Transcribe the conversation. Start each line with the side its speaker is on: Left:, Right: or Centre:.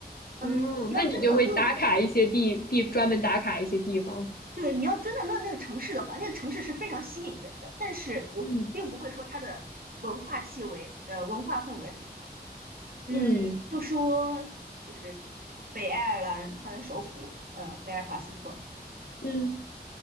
Right: 嗯，
Left: 嗯，
Right: 你要真的论，
Left: 那你就会打卡一些地地，专门打卡一些地方。
Right: 对，你要真的论那个城市的话，那个城市是非常吸引人的，但是我并不会说它的文化气味，
Left: 嗯
Right: 呃，文化氛围很浓。嗯，
Left: 嗯
Right: 就说就是北爱尔兰，它的首府呃贝尔法斯特，
Left: 嗯